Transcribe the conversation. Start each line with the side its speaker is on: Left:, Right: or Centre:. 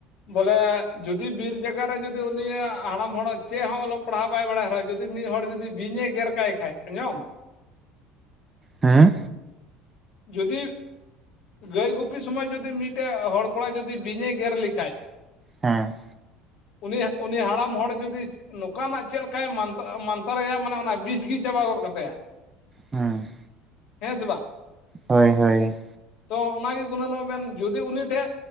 Left: ᱵᱚᱞᱮ ᱡᱩᱫᱤ ᱵᱤᱨ ᱡᱟᱜᱟ ᱨᱮ ᱡᱩᱫᱤ ᱩᱱᱤᱭᱟᱜ ᱦᱟᱲᱟᱢ ᱦᱚᱲᱟᱜ ᱪᱮᱫ ᱦᱚᱸ ᱚᱞᱚ ᱯᱟᱲᱦᱟᱣ ᱵᱟᱭ ᱵᱟᱰᱟᱭ ᱨᱮᱦᱚᱸ ᱡᱩᱫᱤ ᱢᱤᱫ ᱦᱚᱲ ᱡᱩᱫᱤ ᱵᱤᱧᱮ ᱜᱮᱨ ᱠᱟᱭ ᱠᱷᱟᱡ ᱟᱧᱚᱢ?
Right: ᱦᱮᱸ
Left: ᱡᱩᱫᱤ ᱜᱟᱹᱭ ᱜᱩᱯᱤ ᱥᱚᱢᱚᱭ ᱡᱩᱫᱤ ᱢᱤᱫᱴᱟᱹᱜ ᱦᱚᱲ ᱠᱚᱲᱟ ᱡᱩᱫᱤ ᱵᱤᱧᱮ ᱜᱮᱨ ᱞᱮᱠᱷᱟᱡ,
Right: ᱦᱮᱸ
Left: ᱩᱱᱤᱭᱟᱜ ᱩᱱᱤ ᱦᱟᱲᱟᱢ ᱦᱚᱲ ᱡᱩᱫᱤ ᱱᱚᱠᱟᱱᱟᱜ ᱪᱮᱫ ᱞᱮᱠᱟᱭ ᱢᱟᱱᱛᱟ ᱢᱟᱱᱛᱟᱨᱟᱭ ᱢᱟᱱᱮ ᱚᱱᱟ ᱵᱤᱥᱜᱤ ᱪᱟᱵᱟ ᱜᱚᱫ ᱠᱟᱜ ᱛᱟᱭᱟ᱾
Right: ᱦᱮᱸ
Left: ᱦᱮᱸ ᱥᱮ ᱵᱟᱝ?
Right: ᱦᱳᱭ ᱦᱳᱭ
Left: ᱛᱚ ᱚᱱᱟᱜᱤ ᱜᱩᱱᱟᱹᱱᱚᱜ ᱵᱮ ᱡᱩᱫᱤ ᱩᱱᱤ ᱴᱷᱮᱜ